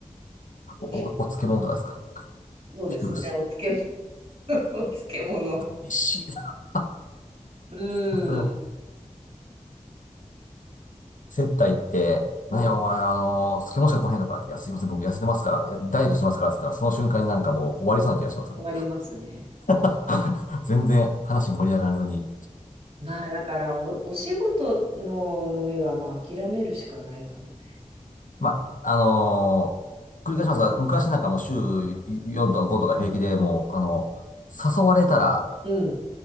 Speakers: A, on the left (about 80°); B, on the right (about 45°).
A: お、
B: <laughs>
A: お、お漬物とかですか
B: そうですね。
A: ピクルス。
B: お漬物、<laughs> お漬物。
A: 美味しいな。
B: うん。
A: さすが接待って、
B: うん。
A: なんやお前、あの、スケしか来へんのかって、いや、すいません、僕痩せてますから、いやダイエットしてますからって言ったら、その瞬間になんかもう終わりそうな気がしますね。
B: 終わりますね。
A: <laughs> 全然話盛り上がらずに。
B: まあ、だからお、お仕事の飲みはまあ諦めるしかないかもね。
A: まあ、あのー繰り返しますが、昔なんかもう週4とか5とか平気でもう、あの、誘われたら、
B: うん。